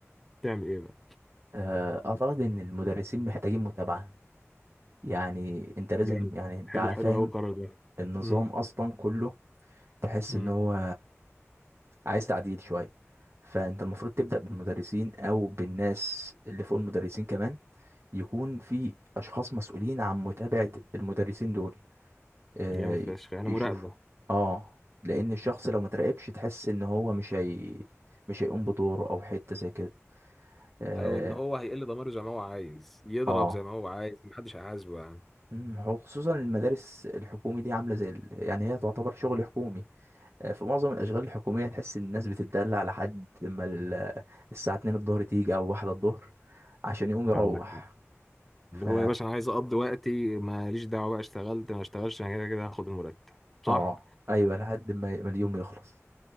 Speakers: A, in the centre; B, on the right (about 55°).
A: تعمل ايه بقى
B: آه، اعتقد ان المدرسين محتاجين متابعة يعني انت لازم
A: جامد
B: يعني انت
A: حلو حلو
B: فاهم
A: قوي القرار ده
B: النظام
A: امم
B: اصلا كله تحس
A: امم.
B: ان هو عايز تعديل شوية فانت المفروض تبدأ بالمدرسين او بالناس اللي فوق المدرسين كمان يكون في اشخاص مسؤولين عن متابعة المدرسين دول آه،
A: جامد فشخ يعني
B: يشوفوا
A: مراقبة
B: اه لان الشخص لو ما تراقبش تحس ان هو مش هي مش هيقوم بدوره او حتة زي كده اه
A: او ان هو هيقل ضميره زي ما هو عايز يضرب
B: آه.
A: زي ما هو عايز محدش هيحاسبه يعني
B: مم، هو خصوصا المدارس الحكومي دي عامله زي ال... يعني هي تعتبر شغل حكومي آه، في معظم الاشغال الحكوميه تحس ان الناس بتتدلع لحد لما ال... الساعه 2 الظهر تيجي او واحدة الظهر عشان يقوم يروح
A: عندك حق
B: ف
A: اللي هو يا باشا انا عايز اقضي وقتي ماليش دعوه بقى اشتغلت ما اشتغلش انا كده كده هاخد المرتب صح
B: اه ايوه لحد ما ما اليوم يخلص